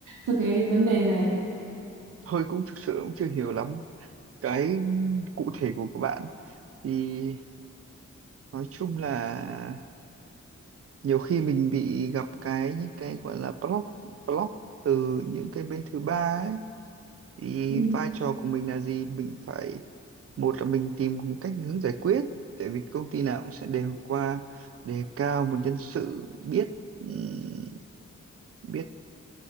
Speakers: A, on the right; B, on the right.
A: cho cái vấn đề này
B: thôi cũng thực sự cũng chưa hiểu lắm cái cụ thể của các bạn thì nói chung là nhiều khi mình bị gặp cái những cái gọi là block block từ những cái bên thứ ba ấy thì
A: ừ.
B: vai trò của mình là gì mình phải một là mình tìm cách hướng giải quyết tại vì công ty nào cũng sẽ đều qua đề cao một nhân sự biết ừm, biết